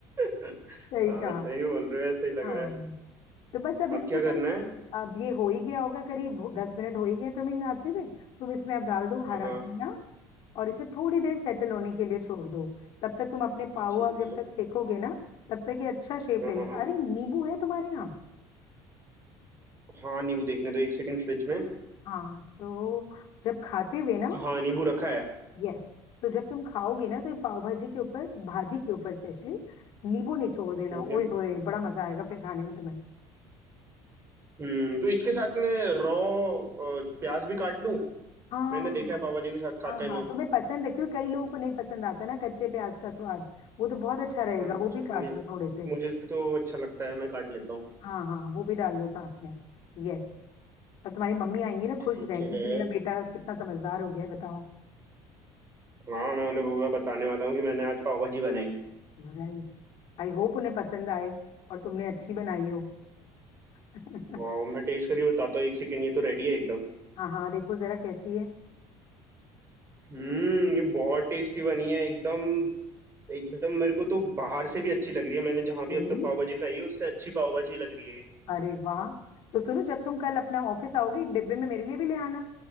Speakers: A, on the right; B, on the left.
A: <laughs>
B: सही
A: हाँ
B: कहा
A: सही बोल रहे हो ऐसा ही लग
B: हाँ
A: रहा है
B: तो बस अब
A: अब
B: इसको
A: क्या
B: तुम
A: करना है
B: अब ये हो ही गया होगा करीब दस मिनट हो ही गए तुम्हें हिलाते हुए तुम इसमें अब डाल दो
A: हाँ
B: हरा
A: हाँ
B: धनिया और इसे थोड़ी देर सेटल होने के लिए छोड़ दो तब तक तुम अपने पाव
A: ठीक
B: आप
A: है
B: जब तक सेकोगे ना तब तक ये अच्छा शेप
A: हाँ
B: ले लेगा
A: हाँ
B: अरे नींबू है तुम्हारे यहाँ
A: हाँ नींबू देखने दो एक सेकंड फ्रिज में
B: हाँ तो जब खाते हुए ना
A: तो हाँ नींबू रखा है
B: यस तो जब तुम खाओगे ना तो ये पाव भाजी के ऊपर भाजी के ऊपर स्पेशली नींबू निचोड़ देना
A: ओके
B: ओए होए बड़ा मजा आएगा फिर खाने में तुम्हें
A: हम्म तो इसके साथ में रॉ प्याज भी काट लूं
B: हाँ
A: मैंने देखा है पापा जी के साथ खाते
B: हाँ
A: हैं
B: हाँ
A: लोग
B: तुम्हें पसंद है क्यों कई लोगों को नहीं पसंद आता ना कच्चे प्याज का स्वाद वो तो बहुत अच्छा रहेगा
A: अच्छा
B: वो भी काट
A: नहीं
B: लो थोड़े से
A: मुझे तो अच्छा लगता है मैं काट लेता हूँ
B: हाँ हाँ वो भी डाल लो साथ में यस और तुम्हारी मम्मी आएंगी ना
A: ठीक
B: खुश रहेंगी
A: है
B: कि मेरा बेटा कितना समझदार हो गया है बताओ
A: हाँ मैं उन्हें पूरा बताने वाला हूँ कि मैंने आज पाव भाजी बनाई
B: राइट आई होप उन्हें पसंद आए और तुमने अच्छी बनाई हो <laughs>
A: वाह मैं टेस्ट करके बताता हूँ एक सेकंड ये तो रेडी है एकदम
B: हाँ हाँ देखो जरा कैसी है
A: हम्म ये बहुत टेस्टी बनी है एकदम एकदम मेरे को तो बाहर से भी अच्छी लग रही है मैंने जहां भी
B: रियली
A: अब तक पाव भाजी खाई है उससे अच्छी पाव भाजी लग रही है
B: अरे वाह तो सुनो जब तुम कल अपना ऑफिस आओगी एक डिब्बे में मेरे लिए भी ले आना